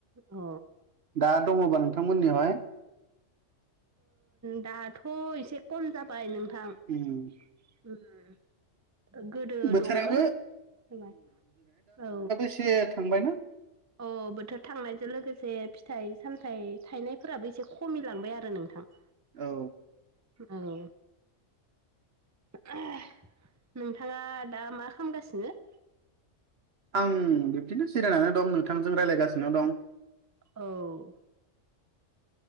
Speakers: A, on the right; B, on the right.
A: अ
B: दा दङ'बा नोंथांमोननिहाय?
A: दाथ' एसे खम जाबाय नोंथां।
B: उम।
A: <unintelligible> गोदो
B: बोथोराबो
A: दंमोन हबा औ
B: <unintelligible> थांबाय ना
A: अ बोथोर थांनायजों लोगोसे फिथाइ सामथायाइ थायनायफोराबो एसे खमिलांबाय आरो नोंथां।
B: औ।
A: औ। <unintelligible> नोंथाङा दा मा खामगासिनो?
B: आं बिबदिनो जिरायनानै दं नोंथांजों रायज्लायगासिनो दं।
A: औ।